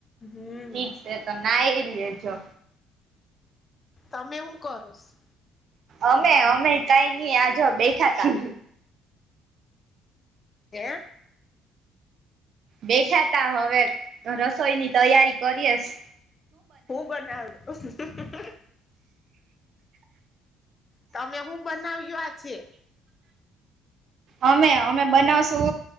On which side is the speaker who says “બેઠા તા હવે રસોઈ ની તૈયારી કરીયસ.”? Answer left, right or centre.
Right